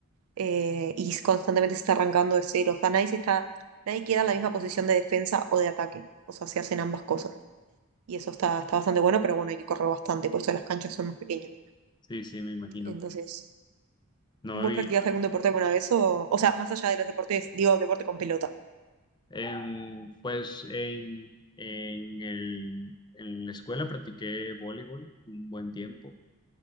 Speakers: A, on the right; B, on the left.
A: eh, y constantemente se está arrancando de cero. O sea, nadie se está, nadie queda en la misma posición de defensa o de ataque. O sea, se hacen ambas cosas. y eso está, está bastante bueno, pero bueno, hay que correr bastante, por eso las canchas son más pequeñas.
B: Sí, sí, me imagino.
A: Entonces,
B: No,
A: ¿vos
B: y
A: practicaste algún deporte alguna vez? O, o sea, más allá de los deportes, digo, deporte con pelota.
B: em, pues en, en el, en la escuela practiqué voleibol un buen tiempo.